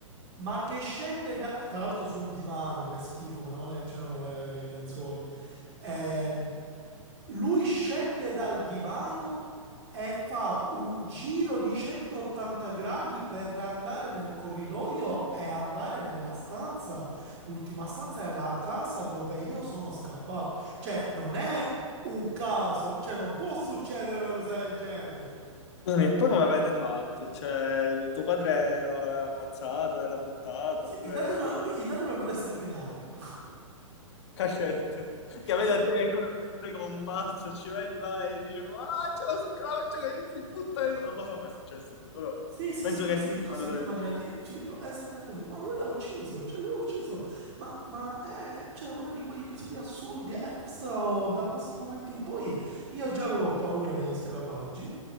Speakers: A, on the right; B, on the left.
A: Ma che scende da... Tra l'altro sul divano, che schifo, meno male che c'erano le- i lenzuoli. Ehm, lui scende dal divano e fa un giro di 180 gradi per andare nel corridoio e andare nella stanza, l'ultima stanza è la casa dove io sono scappato. Cioè, non è un caso, cioè non può succedere una cosa del genere.
B: Scusami, e poi come avete fatto? Cioè, tuo padre l'ha ammazzato e l'ha buttato,
A: Sì,
B: oppure
A: intanto mio,
B: non lo...
A: intanto mio padre è saltato in aria. <laughs>
B: cacette, che vede
A: Cioè,
B: a te che corre come un pazzo, ci vai là e dice, ah, c'è lo scroccio che si butta dentro. Non lo so come è successo poi, però
A: Sì, sì,
B: penso
A: sì, così,
B: che sia
A: così,
B: una cosa
A: tu
B: del
A: immaginati, sì, pro- esattamente così. No, lui l'ha ucciso, cioè lui l'ha ucciso, ma, ma è, cioè, uno di quegli episodi assurdi e questo, da questo momento in poi, io già avevo paura degli scarafaggi,